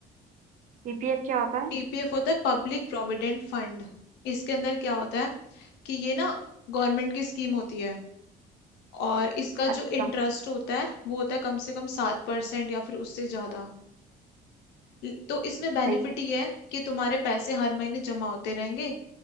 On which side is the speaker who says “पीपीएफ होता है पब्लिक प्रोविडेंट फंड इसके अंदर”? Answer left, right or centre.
Left